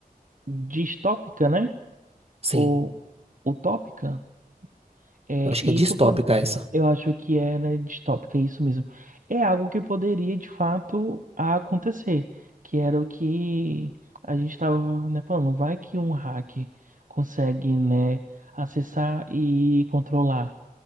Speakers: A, on the right; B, on the right.
A: distópica, né?
B: Sim,
A: Ou utópica, É,
B: eu acho que
A: e
B: é distópica
A: isso pod...
B: essa.
A: eu acho que é, né, distópica, é isso mesmo. É algo que poderia, de fato, acontecer, que era o que a gente estava, né, falando. Vai que um hack consegue, né, acessar e controlar